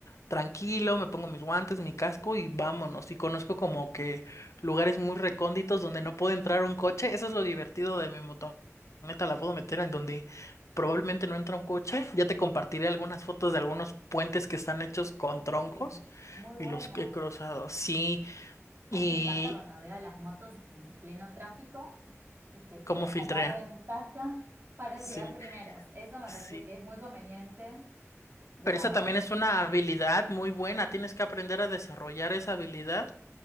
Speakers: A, on the left; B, on the right.
A: Tranquilo, me pongo mis guantes, mi casco y vámonos. Y conozco como que lugares muy recónditos donde no puede entrar un coche. Eso es lo divertido de mi motoneta, la puedo meter en donde probablemente no entra un coche. Ya te compartiré algunas fotos de algunos puentes que están hechos con
B: Uh,
A: troncos
B: muy
A: y
B: bueno.
A: los que he cruzado. Sí,
B: A
A: y
B: mí me encanta cuando veo a las motos en el pleno tráfico y que pueden
A: cómo filtrea.
B: ganar ventaja <laughs> para
A: Sí,
B: llegar primeros. Eso me
A: sí.
B: parece que es muy conveniente de
A: Pero
B: la
A: esa
B: moto.
A: también es una habilidad muy buena. Tienes que aprender a desarrollar esa habilidad